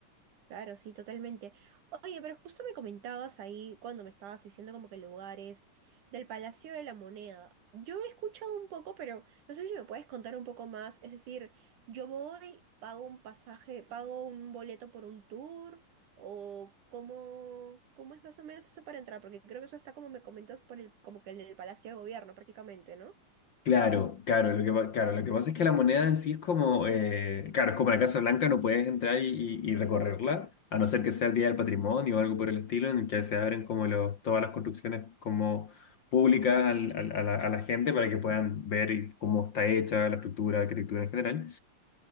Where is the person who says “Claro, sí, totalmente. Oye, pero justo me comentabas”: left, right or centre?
Right